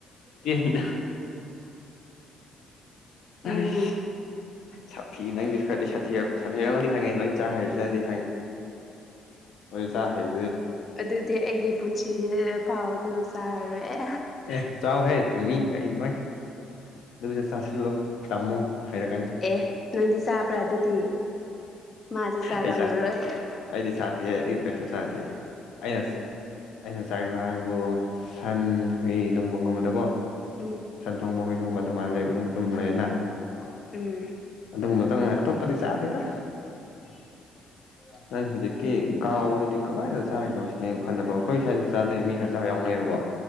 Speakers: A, on the left; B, on the left.
A: ꯏꯟꯅ ꯑꯥꯏ
B: ꯎꯝ
A: ꯁꯥꯊꯤ ꯅꯪꯗꯤ ꯈꯔꯗꯤ ꯁꯥꯊꯤꯔ ꯁꯥꯊꯤꯔ ꯑꯅꯤ ꯍꯪꯉꯦ ꯂꯣꯏꯅ ꯆꯥꯛ ꯍꯥꯏꯔꯤꯁꯤꯅꯗꯤ ꯍꯪꯉꯦ ꯩꯁꯥ ꯍꯥꯏ ꯑꯗꯨ
B: ꯑꯗꯨꯗꯤ ꯑꯩꯒꯤ ꯄꯨꯟꯁꯤꯗ ꯐꯥꯎꯗ ꯆꯥꯔꯣꯏꯦ
A: ꯑꯦ ꯆꯥꯎꯥꯎ ꯍꯦ ꯀ ꯏꯚꯥꯏ ꯑꯗꯨꯒꯤꯁꯠ ꯆꯥꯁꯤꯜꯂꯣ ꯇꯝꯃꯣ ꯍꯥꯏꯔꯛꯀꯅꯤ
B: ꯑꯦ ꯅꯪꯗꯤ ꯆꯥꯕ꯭ꯔꯥ ꯑꯗꯨꯗꯤ ꯃꯥꯁꯨ ꯆꯥꯔꯝꯂꯔꯣꯏ
A: ꯑꯩ ꯁꯥꯇ ꯑꯩꯗꯤ ꯁꯥꯇ ꯍ ꯑꯩ ꯀꯁꯨ ꯁꯥꯇ ꯑ ꯑꯩꯅ ꯆꯥꯔꯤꯕ ꯍꯥꯏꯕꯨ ꯁꯟ ꯍꯨꯏ ꯑꯗꯨꯒꯨꯝꯕꯒꯨꯝꯕꯗꯀꯣ
B: ꯎꯝ
A: ꯁꯟ ꯊꯣꯡꯕ ꯍꯨꯏ ꯊꯣꯡꯕ ꯑꯗꯨꯃꯥꯏꯅ ꯂꯩꯕ ꯑꯗꯨꯝ ꯑꯗꯨꯝ ꯂꯩꯌꯦꯅ
B: ꯑ ꯎꯝ
A: ꯑꯗꯨꯒꯨꯝꯕꯗꯪꯅ ꯑꯇꯣꯞꯄꯗꯤ ꯆꯥꯗꯦꯗ
B: <unintelligible>
A: ꯅꯪ ꯍꯧꯖꯤꯛꯀꯤ ꯒꯥꯎꯗꯗꯤ ꯀꯃꯏꯗ ꯆꯥꯔꯤꯅꯣ ꯁꯤꯅꯦ ꯍꯟꯗꯕ ꯑꯩꯈꯣꯏ ꯁ꯭ꯋꯥꯏꯗꯁꯨ ꯆꯥꯅꯩꯌꯦ ꯃꯤ ꯈꯔꯁꯨ ꯌꯥꯎꯅꯩꯌꯦꯕꯀꯣ